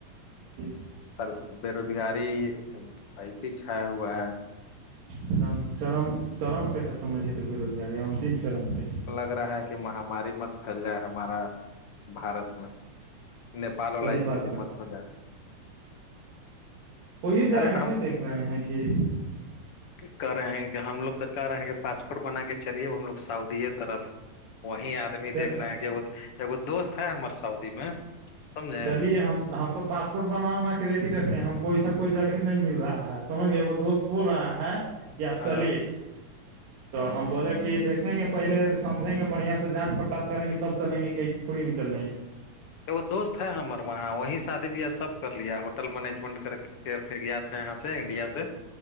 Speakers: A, on the right (about 85°); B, on the left (about 50°).
A: ا جی
B: سر بےروزگاری ایسی چھیا ہوا ہے
A: ایکم چرم چرم پہ حسم مجج ہے تو بے روزگاری ہمم تن چرم پہ
B: ل رہا ہے کہ مہ ہماری مت پھیل جائے ہمارا بارت میں نیپال
A: صحیح
B: وال لا استتی
A: بات کہا
B: متو
A: ہے
B: جا
A: ہو ہی جائے
B: ارے
A: گا
B: تو
A: نہیں
B: ہم
A: دیکھ رہے ہیں کہ
B: کر رہے ہیں کہ ہم لوگ تو کر رہے پاسپورٹ بنا کے چلیے ہم لوگ سعودی طرف وہی آدمی
A: چل
B: دیکھ رہے ہیں کہ دوست ہے ہمار سعودی میں سمجھے
A: چلیے ہم ہم تو پاسپورٹ بناوا بنا کے ریڈی رکھے ہم کوئی سا کوئی جگہ نہیں مل رہا ہے سجھ گئےے دوست بول رہا ہے کہ آپ
B: ہاں
A: چلیے تو
B: ہاں
A: ہم بولے کہ دھیں گے پہلے سمھیں گے بڑھیا سے جانچ پڑتال کریں گے تب چلیں گے کہ ایسی تھوڑی نہیں چل جیں گے
B: اگو دوست ہے ہمارر وہاں وہی شادی بیاہ س کر لیا ہوٹل مینجمنٹ کر کے کر کے گیا تھا یہاں سے انڈیا سے